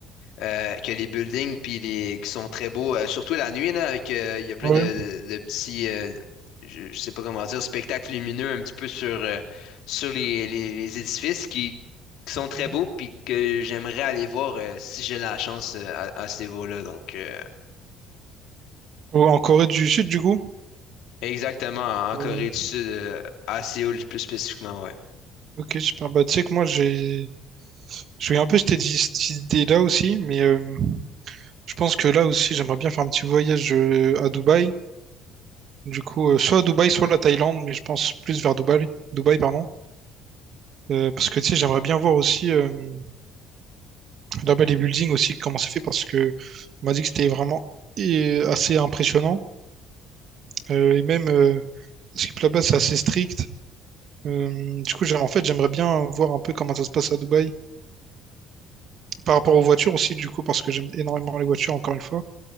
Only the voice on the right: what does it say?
Ouais.
mhm.
Ou En Corée du Sud, du coup?
Ouais.
Ok, super. Bah, tu sais que moi, j'ai, je suis un peu cette, cette idée-là aussi, mais euh, Je pense que là aussi, j'aimerais bien faire un petit voyage euh, à Dubaï. Du coup, euh, soit à Dubaï, soit à la Thaïlande, mais je pense plus vers Dubaï, Dubaï, pardon. Euh, parce que tu sais, j'aimerais bien voir aussi euh, là-bas les buildings aussi, comment c'est fait, parce que on m'a dit que c'était vraiment euh, assez impressionnant. Euh, et même, euh, parce que là-bas, c'est assez strict. Euh, du coup, j'aime- en fait, j'aimerais bien voir un peu comment ça se passe à Dubaï. Par rapport aux voitures aussi, du coup, parce que j'aime énormément les voitures, encore une fois.